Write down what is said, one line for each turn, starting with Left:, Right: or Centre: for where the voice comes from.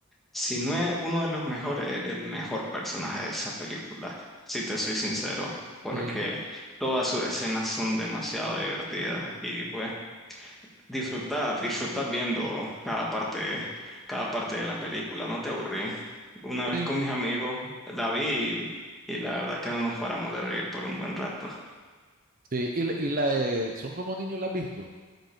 Centre: si no es uno de los mejores, es el mejor personaje de esa película, si te soy sincero, porque
Right: Sí,
Centre: todas sus escenas son demasiado divertidas y pues disfruta, disfruta viendo cada parte, cada parte de la película, no te aburrí. Una vez
Right: sí,
Centre: con mis amigos la vi y, y la verdad que no nos paramos de reír por un buen rato.
Right: sí. Y, la- y la de Son como niños, ¿la has visto?